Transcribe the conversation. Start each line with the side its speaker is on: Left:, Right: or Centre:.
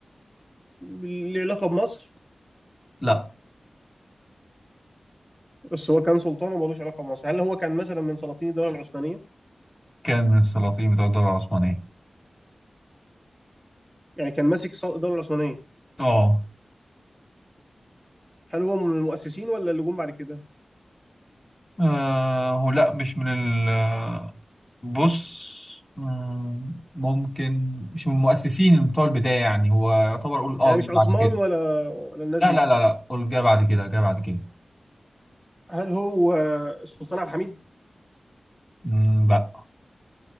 Centre: ليه علاقه بمصر
Left: لا
Centre: بس هو كان سلطان ومالوش علاقه بمصر هل هو كان مثلا من سلاطين الدوله العثمانيه
Left: كان من السلاطين بتوع الدولة العثمانية
Centre: يعني كان ماسك ص- الدوله العثمانيه
Left: اه
Centre: هل هو من المؤسسين ولا اللي جم بعد كده
Left: آه، هو لا مش من ال آه، بص مم، ممكن مش من المؤسسين بتوع البداية يعني هو يعتبر قول اه
Centre: يعني مش
Left: جه
Centre: عثمان
Left: بعد كده
Centre: ولا ولا الناس
Left: لا
Centre: دي
Left: لا لا لا قول جه بعد كده جه بعد كده
Centre: هل هو السلطان عبد الحميد
Left: مم، لا